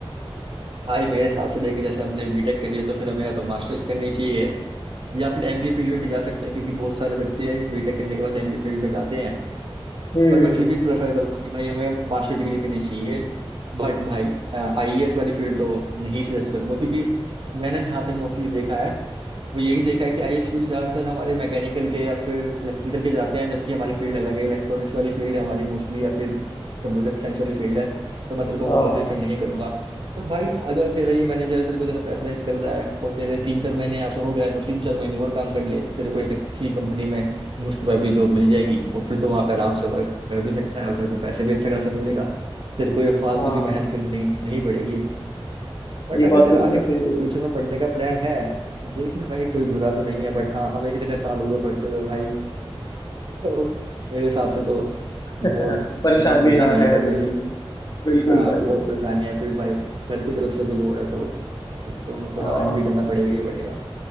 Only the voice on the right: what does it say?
भाई मेरे हिसाब से देखे जैसे हमने बीटेक करी है तो फिर हमें या तो मास्टर्स करनी चाहिए या फिर एमबीए फील्ड में भी जा सकते हैं क्योंकि बहुत सारे बच्चे बीटेक करने के बाद एमबीए फील्ड में जाते हैं
पर मैं
फिर भी प्रेफर करूंगा कि भाई हमें मास्टर डिग्री करनी चाहिए बट भाई आईएएस वाली फील्ड तो नहीं सिलेक्ट करूंगा क्योंकि मैंने जहां तक मोस्टली देखा है वो यही देखा है कि आईएएस फील्ड ज्यादातर हमारे मैकेनिकल के या फिर इलेक्ट्रिकल के जाते हैं जबकि हमारी फील्ड अलग है इलेक्ट्रॉनिक्स वाली फील्ड है हमारी मोस्टली या फिर कंप्यूटर साइंस वाली फील्ड है तो मैं तेरे को
वो तो प्रीफर नहीं करूंगा पर भाई अगर तेरा ये मैनेजर तेरे को इतना प्रेशराइज कर रहा है और तेरे तीन चार महीने यहाँ पे हो गए हैं, तो तीन चार महीने और काम कर ले तेरे को एक अच्छी कंपनी में मोस्ट प्रोबेबली जॉब मिल जाएगी और फिर तो वहाँ पे आराम से वर्क कर भी सकता है और तेरे को पैसे भी अच्छा खासा मिलेगा तेरे को ये फालतू
की मेहनत करनी नहीं पड़ेगी बट
अगर
तेरा
आगे
फ्यूचर
में पढ़ने का प्लान है तो देख ले भाई कोई बुरा तो नहीं है बट हाँ हमें इतने साल हो गए पढ़ते हुए भाई तो मेरे हिसाब से तो
वो
हिम्मत बची
नहीं
है पढ़ने
की
हाँ
बहुत
परेशानी है फिर भाई घर की तरफ से भी लोड है तो अब तो थोड़ा
अर्न भी करना पड़ेगा ही पड़ेगा